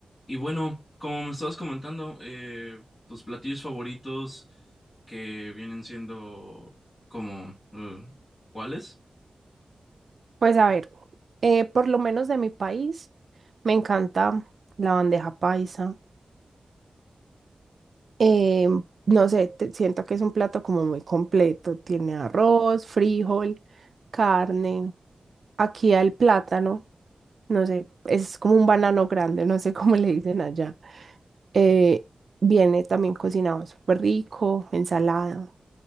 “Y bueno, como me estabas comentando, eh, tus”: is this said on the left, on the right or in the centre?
Left